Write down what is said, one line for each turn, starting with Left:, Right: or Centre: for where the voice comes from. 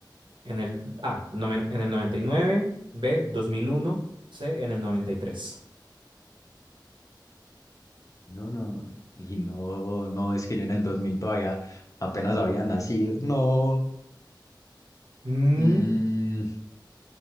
Right: En el A, noven- en el 99, B, 2001, C, en el 93.
Left: No, no, no. Y no, no, es que yo en el 2000 todavía apenas había nacido. No.
Right: Mm,
Left: Mm,